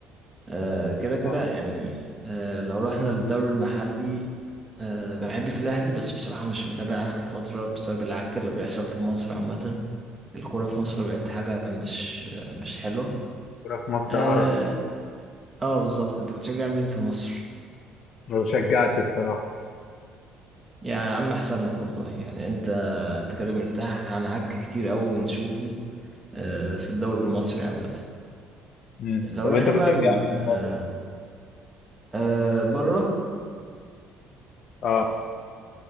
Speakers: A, on the right; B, on the left.
A: آه، كده كده
B: اه
A: يعني آه، لو رحنا للدوري المحلي آه، بحب في الاهلي بس بصراحه مش متابع اخر فتره بسبب العك اللي بيحصل في مصر عامه الكوره في مصر بقت حاجه مش مش حلوه
B: الكورة في مصر
A: اه
B: قرف اه
A: آه، بالظبط انت بتشجع مين في مصر
B: ما بشجعش بصراحة
A: يا عم احسن لك والله يعني انت انت كده مرتاح عن عك كتير قوي بنشوفه آه، في الدوري المصري عامة
B: مم.
A: لو
B: طب
A: رحنا
B: أنت بتشجع
A: بقى ال-
B: مين
A: آه،
B: بره؟
A: آه، بره
B: اه